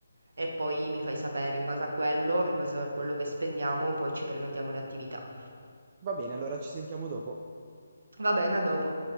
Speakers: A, on the right (about 70°); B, on the right (about 25°).
A: e poi mi fai sapere in base a quello, in base a quello che spendiamo, poi ci prenotiamo le attività.
B: Va bene, allora ci sentiamo dopo.
A: Va bene, a dopo.